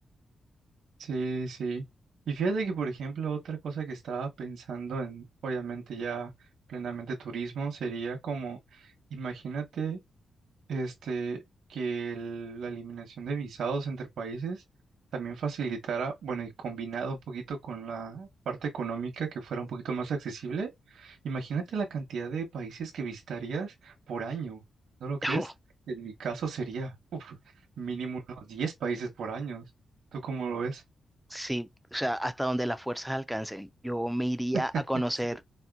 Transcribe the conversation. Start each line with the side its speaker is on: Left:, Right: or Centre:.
Right: Sí, sí. Y fíjate que, por ejemplo, otra cosa que estaba pensando en, obviamente ya plenamente turismo, sería como, imagínate. este, que el- la eliminación de visados entre países también facilitara, bueno, y combinado un poquito con la parte económica que fuera un poquito más accesible, imagínate la cantidad de países que visitarías por año, ¿no lo crees?
Centre: <laughs>
Right: En mi caso sería, uf, mínimo unos 10 países por año. ¿Tú cómo lo ves?
Centre: Sí, o sea, hasta donde las fuerzas alcancen, yo me iría a
Right: <laughs>
Centre: conocer
Right: Sí.